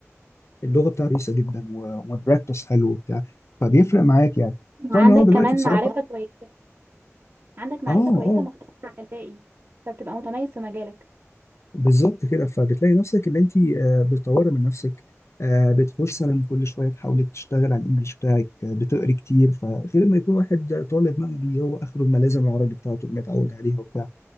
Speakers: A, on the left; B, on the right.
A: اللغه بتاعته كويسه جدا و- والبراكتس حلو وبتاع فبيفرق معاك يعني
B: عندك
A: فانا هو دلوقتي
B: كمان
A: بصراحه
B: معرفة كويسة عندك معرفة
A: اه
B: كويسة
A: اه
B: مختلفة عن الباقي فبتبقى متميز في مجالك
A: بالظبط كده فبتلاقي نفسك اللي انت آه، بتطوري من نفسك آه، بتخش مثلا كل شويه تحاولي تشتغل على الانجليش بتاعك آه، بتقري كتير فغير ما يكون واحد طالب مغربي هو اخره الملازم العربي بتاعته اللي متعود عليها وبتاع